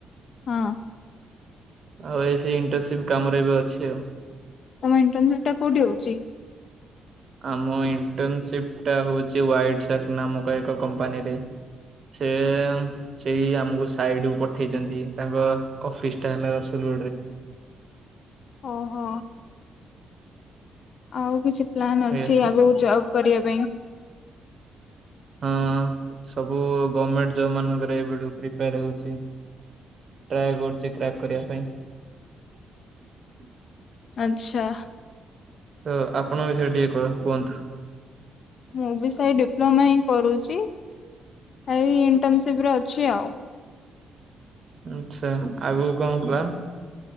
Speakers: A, on the left (about 50°); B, on the right (about 40°).
A: ହଁ।
B: ଆଉ ଏଇ ସେଇ ଇଣ୍ଟରସିପ୍ କାମରେ ଏବେ ଅଛି ଆଉ।
A: ତମ ଇଣ୍ଟନସିପ୍ ଟା କୋଉଠି ହଉଚି।
B: ଆମ ଇଣ୍ଟନସିପ୍ ଟା ହଉଚି ୱାଇଟସାକ୍ ନାମକ ଏକ କମ୍ପାନୀରେ ସେ ସେଇ ଆମକୁ ସାଇଟ୍ କୁ ପଠେଇଚନ୍ତି ତାଙ୍କ ଅଫିସ ଟା ହେଲା ରସୁଲଗୋଡରେ।
A: ଓହୋ। ଆଉ କିଛି ପ୍ଲାନ୍ ଅଛି
B: ଆଜ୍ଞା
A: ଆଗକୁ ଯବ୍ କରିବା ପାଇଁ।
B: ହଁ ସବୁ ଗର୍ମେଣ୍ଟ ଜବ ମାନଙ୍କରେ ଏବେଠୁ ପ୍ରିପେୟାର ହଉଚି ଟ୍ରାଏ କରୁଚି କ୍ରାକ୍ କରିବା ପାଇଁ।
A: ଆଚ୍ଛା।
B: ତ ଆପଣଙ୍କ ବିଷୟରେ ଟିକେ କ କୁହନ୍ତୁ।
A: ମୁଁ ବି ସେଇ ଡିପ୍ଲୋମା ହିଁ କରୁଚି ଏଇ ଇଣ୍ଟର୍ନସିପ୍ ରେ ଅଛି ଆଉ।
B: ଆଛା ଆଗୁକୁ କଣ ପ୍ଲାନ?